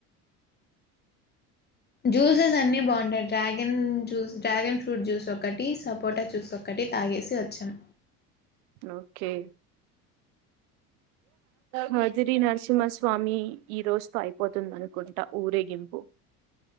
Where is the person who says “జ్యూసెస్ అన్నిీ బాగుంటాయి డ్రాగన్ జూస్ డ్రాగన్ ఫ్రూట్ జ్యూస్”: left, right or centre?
Left